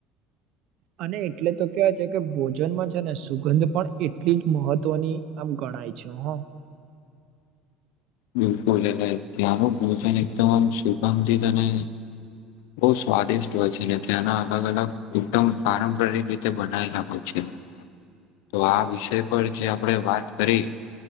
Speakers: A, on the right; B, on the left.
A: અને એટલે તો કે છે કે ભોજનમાં છે ને સુગંધ પણ એટલી જ મહત્વની આમ ગણ ણાએ છે હો.
B: બિલકુલ એને ત્યાંનું ભોજન એકદમ આમ સુગંધિત અને બહુ સ્વાદિષ્ટ હોય છે ને ત્યાંના અલગ અલગ એકદમ પારંપરિક રીતે બનાયલા હોય છે. <inaudible> તો આ વિષય પર જે આપણે વાત કરી